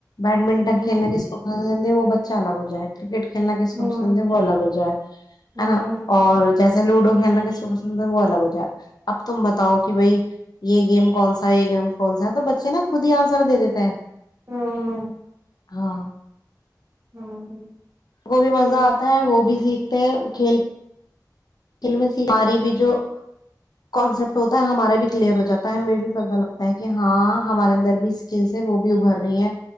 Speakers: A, on the left; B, on the right.
A: بیڈمنٹن
B: ہوں
A: کھیلنا کس کو وہ بچہ الگ ہو جائےا کرکٹ کے کھیل ل کے سب
B: ہوں
A: س ب لگ جا ہے ہے
B: ہوں
A: نا اور جیسے لوڈو کھیلنا کس کو پسند ہے وہ الگ ہو جائے اب تم بتاؤ کہ بھائی یہ گیم کون سا اام کون سا ہے تو بچے نا خود ہی آنسر دے دیتا ہے
B: ہوں
A: ہاں
B: ہاں
A: کو بھی مزہ آتا ہے وہ بھی سیکھتے ہیں کھیل ف س ہماری بھی جو کانسپٹ ہوتا ہے ہمارا بھی کلیئر ہواتا ہے ہمیں بھی پتہ لگتا کہ ہاں ہمارے اندر بھی اسکلس ہے وہ بھی ابھر رہی ہیں